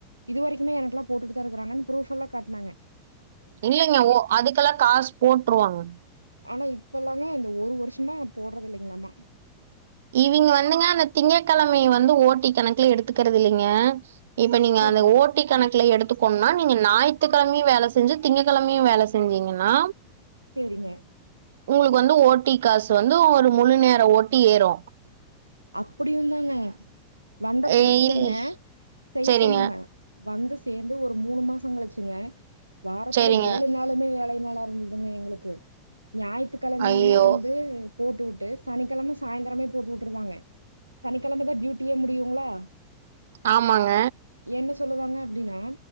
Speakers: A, on the right (about 80°); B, on the right (about 60°).
A: இது வரைக்குமே எனக்கெல்லா போட்டுட்டு தா இருக்கறாங்கன்னு ப்ரூஃப்ல்லா காட்டனாங்க
B: இல்லைங்க ஓ அதுக்கெல்லாம் காசு போட்டுருவாங்க
A: ஆனா இப்பல்லாம்ங்க இந்த ஒரு வருஷமா போடுறதில்லங் ல்லமா
B: இவங்க வந்துங்க அந்த திங்க கிழமைய வந்து ஓட்டி கணக்குல எடுத்துக்கறதில்லைங்க இப்ப நீங்க
A: சேரிங்க
B: அந்த ஓட்டி கணக்குல எடுத்துக்கோம்னா நீங்க ஞாயி்றுக்கிழமையும் வேல செய் செஞ்சு திங்க கிழமையும் வேல செஞ்சீங்கன்னா
A: செரிங்க
B: உங்களுக்கு வந்து ஓட்டி காசு வந்து ஒரு முழு நேர ஓட்டி ஏறு
A: அப்டியும்ந்தாங்க வந்த புதுசுலிங்க
B: எ இல்
A: செய்ய
B: சரிங்க,
A: சொன்னாங்க வந்து சேர்ந்து ஒரு மூணு மாச கழிச்சுங்க வாரத்துல
B: சரிங்க.
A: ஏழு நாளுமே வேலை நல்லா இருந்ததுங்க எங்களுக்கு ஞாயித்துக்கெளமையுமே
B: ஐயய்யோ!
A: வந்து போட்டு விட் ட்டு சனிக்கெளம சாய்ந்தரமே போட்டு உட்ருவாங்க சனிக்கெளமதா டியூட்டியே முடியுங்களா
B: ஆமாங்க
A: என்ன சொல்லுவாங்க அப்டின்னா